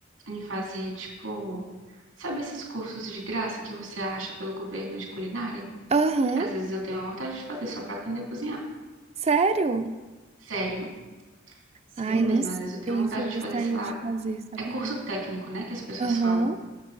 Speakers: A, on the right; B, on the right.
A: em fazer, tipo, sabe esses cursos de graça que você acha pelo governo de culinária?
B: Aham.
A: Às vezes eu tenho vontade de fazer só pra aprender a cozinhar.
B: Sério?
A: Sério, sério
B: Ai,
A: mesmo.
B: não sei
A: Às vezes eu tenho vontade
B: se eu gostaria
A: de fazer, sei lá,
B: de fazer, sabia?
A: é curso técnico, né, que as pessoas
B: Aham.
A: falam